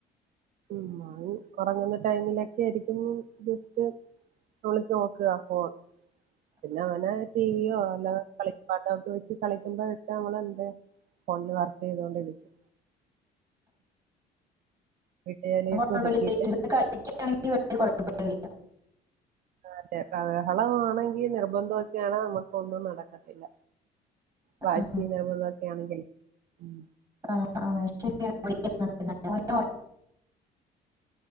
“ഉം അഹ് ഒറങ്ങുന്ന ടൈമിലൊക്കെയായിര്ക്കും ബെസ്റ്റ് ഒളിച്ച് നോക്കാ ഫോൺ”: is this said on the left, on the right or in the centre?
Right